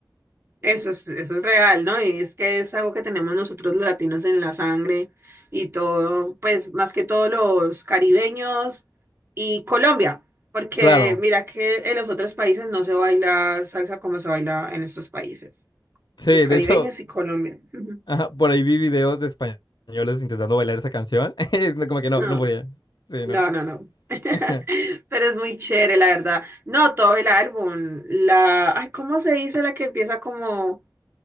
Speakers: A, on the right; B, on the left.
A: Eso es, eso es real, ¿no? Y es que es algo que tenemos nosotros los latinos en la sangre y todo, pues más que todos los caribeños y Colombia, porque
B: Claro.
A: mira que en los otros países no se baila salsa como se baila en estos países,
B: Sí,
A: los caribeños
B: de hecho,
A: y Colombia. Ujú.
B: Ajá, por ahí vi videos de españoles intentando bailar esa canción. <laughs> Como que no,
A: Ah.
B: no podían. Sí,
A: No,
B: no.
A: no, no. <laughs>
B: <laughs>
A: Pero es muy chévere, la verdad. No, todo el álbum. La. Ay, ¿cómo se dice la que empieza como.